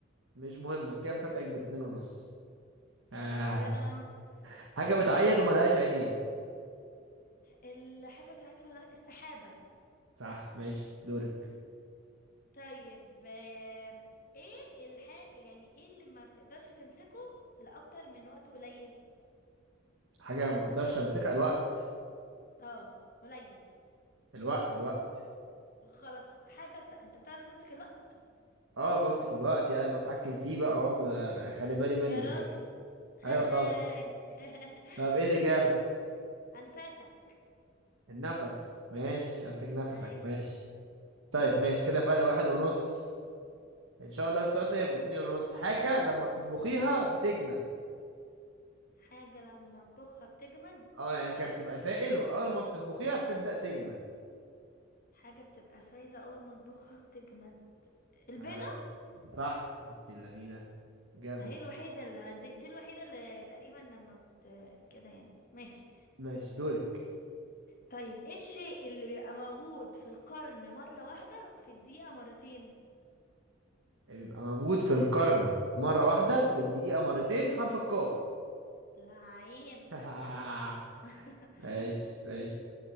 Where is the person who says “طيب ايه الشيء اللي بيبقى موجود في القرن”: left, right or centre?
Left